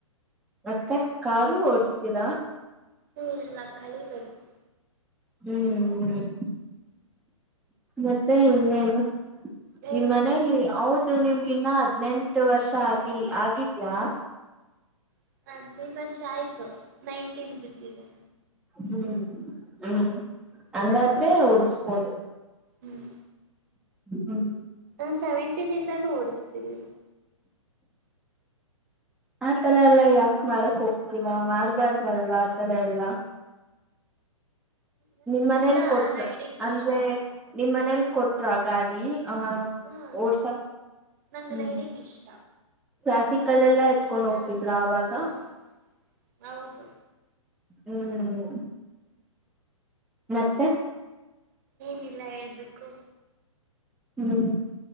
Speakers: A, in the centre; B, on the right.
A: ಮತ್ತ ಕಾರು ಓಡುಸ್ತಿರ.
B: ಹ್ಮ್ ಇನ್ನ ಕಲಿಬೇಕು.
A: ಹ್ಮ್ ಹ್ಮ್ ಮತ್ತೆ ಇನ್ನೇನು.
B: ಹೇಳ್ಬೇಕು
A: ನಿಮ್ಮ್ ಮನೆಯಲ್ಲಿ
B: ನೀವು.
A: ಹೌದು ನಿಮ್ ಇನ್ನ ಹದ್ನೆಂಟು ವರ್ಷ ಆಗಿಲ್ ಆಗಿದ್ಯಾ.
B: <unintelligible> ವರ್ಷ ಆಯ್ತು ನೈನ್ಟೀನ್ ಬಿದ್ದಿದೆ
A: ಹ್ಮ್ ಹ್ಮ್ ಹಂಗಾದ್ರೆ ಉಡ್ಸ್ಬೋದು.
B: ಹ್ಮ್
A: ಹ್ಮ್
B: ಹ ಸೆವೆಂಟೀನ್ಂದಾನು ಓಡುಸ್ತಿದಿನಿ.
A: ಆತರ ಎಲ್ಲಾ ಯಾಕ್ ಮಾಡಕ್ ಹೋಗ್ತಿರ ಮಾಡ್ಬಾರ್ದಲ್ವಾ ಆತರ ಎಲ್ಲಾ.
B: ನಂಗೆ
A: ನಿಮ್ಮನೇಲ್
B: ಇಷ್ಟ
A: ಕೊಟ್
B: ರೈಡಿಂಗ್
A: ಅಂದ್ರೆ
B: ಇಷ್ಟ
A: ನಿಮ್ಮನೇಲ್ ಕೊಟ್ರ ಗಾಡಿ. ಹ
B: ಹಾ
A: ಓಡ್ಸ ಕರ್
B: ನಂಗೆ
A: ಹ್ಮ
B: ರೈಡಿಂಗ್ ಇಷ್ಟ
A: ಟ್ರಾಫಿಕಲೆಲ್ಲಾ. ಎತ್ಕೊಂಡ್ ಹೋಗ್ತಿದ್ರಾ
B: ಹಾ
A: ಆವಾಗ.
B: ಹಾ ಹೌದು
A: ಹ್ಮ್ ಮತ್ತೆ
B: ಏನಿಲ್ಲ ಹೇಳ್ಬೇಕು.
A: ಹ್ಮ್